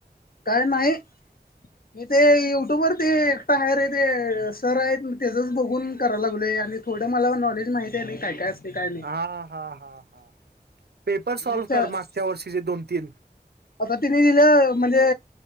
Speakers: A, on the left (about 65°); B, on the right (about 80°).
A: काय न्हाई. मी ते युट्यूब वर ते एकट हाय रे ते सर आहेत तेजच बघून कराय लागलोय आणि थोडं मला नॉलेज माहिती आहे नाही काय काय असते काय नाही.
B: हा-हा-हा-हा पेपर सॉल्व
A: मी
B: कर मागच्या वर्षीचे दोन. तीन.
A: आता तिने दिलं म्हणजे